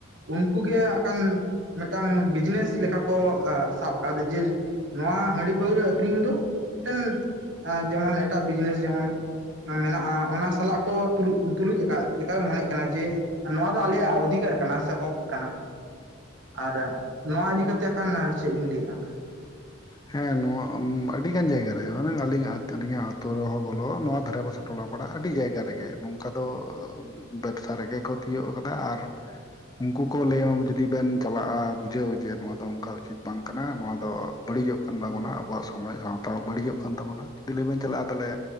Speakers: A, on the right; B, on the left.
A: ᱩᱱᱠᱩᱩᱜ ᱜᱮ ᱟᱠᱟᱷᱟᱱ ᱢᱤᱫᱴᱟᱝ ᱵᱤᱡᱽᱱᱮᱥ ᱞᱮᱠᱟ ᱠᱚ ᱥᱟᱵ ᱟᱠᱟᱫᱟ ᱡᱮ ᱱᱚᱣᱟ ᱦᱟᱺᱰᱤ ᱯᱟᱹᱣᱨᱟᱹ ᱟᱹᱠᱷᱨᱤᱧ ᱫᱚ ᱢᱤᱫᱴᱮᱱ ᱡᱮᱢᱚᱱ ᱮᱴᱟᱜ ᱵᱤᱡᱽᱱᱮᱥ ᱡᱮᱢᱚᱱ ᱢᱮᱱᱟᱜᱼᱟ ᱚᱱᱟ ᱥᱟᱞᱟᱜ ᱠᱚ ᱛᱩᱞᱩᱡ ᱟᱠᱟᱫ ᱞᱮᱠᱟ ᱢᱚᱱᱮᱜ ᱠᱟᱱᱟ ᱡᱮ ᱱᱚᱣᱟ ᱫᱚ ᱟᱞᱮᱭᱟᱜ ᱚᱫᱷᱤᱠᱟᱨ ᱠᱟᱱᱟ ᱥᱮ ᱦᱚᱠ ᱠᱟᱱᱟ᱾ ᱟᱨ ᱱᱚᱣᱟ ᱤᱫᱤ ᱠᱟᱛᱮ ᱠᱷᱟᱱ ᱪᱮᱫ ᱵᱤᱱ ᱞᱟᱹᱭ ᱮᱜᱼᱟ ᱾
B: ᱦᱮᱸ ᱱᱚᱣᱟ ᱟᱹᱰᱤ ᱜᱟᱱ ᱡᱟᱭᱜᱟ ᱨᱮ ᱢᱟᱱᱮ ᱟᱹᱞᱤᱧᱟᱜ, ᱟᱹᱞᱤᱧᱟᱜ ᱟᱛᱳ ᱨᱮᱦᱚᱸ ᱵᱚᱞᱚ ᱱᱚᱣᱟ ᱫᱷᱟᱨᱮ ᱯᱟᱥᱮ ᱴᱚᱞᱟ ᱯᱟᱲᱟ ᱟᱹᱰᱤ ᱡᱟᱭᱜᱟ ᱨᱮᱜᱮ ᱱᱚᱝᱠᱟ ᱫᱚ ᱵᱮᱵᱥᱟ ᱨᱮᱜᱮ ᱠᱚ ᱛᱤᱭᱳᱜ ᱠᱟᱫᱟ ᱟᱨ ᱩᱱᱠᱩ ᱠᱚ ᱞᱟᱹᱭᱼᱟ ᱩᱱ <inaudible> ᱡᱩᱫᱤ ᱵᱮᱱ ᱪᱟᱞᱟᱜᱼᱟ ᱵᱩᱡᱷᱟᱹᱣ ᱡᱮ ᱱᱚᱣᱟ ᱫᱚ ᱚᱱᱠᱟ ᱩᱪᱤᱛ ᱵᱟᱝ ᱠᱟᱱᱟ᱾ ᱱᱚᱣᱟ ᱫᱚ ᱵᱟᱹᱲᱤᱡᱚᱜ ᱠᱟᱱ ᱛᱟᱵᱚᱱᱟ ᱟᱵᱚᱣᱟᱜ ᱥᱚᱢᱟᱡᱽ ᱥᱟᱶᱛᱟ ᱾ᱵᱟᱹᱲᱤᱡᱚᱜ ᱠᱟᱱ ᱛᱟᱵᱚᱱᱟ ᱡᱩᱫᱤ ᱞᱟᱹᱭ ᱵᱮᱱ ᱪᱟᱞᱟᱜᱼᱟ ᱛᱟᱦᱞᱮ